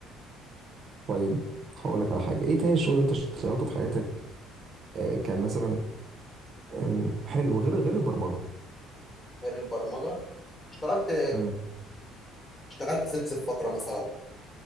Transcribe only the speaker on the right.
طيب هقول لك على حاجه ايه تاني الشغل اللي انت اشتغلته في حياتك آه كان مثلا آم، حلو غير غير البرمجه
امم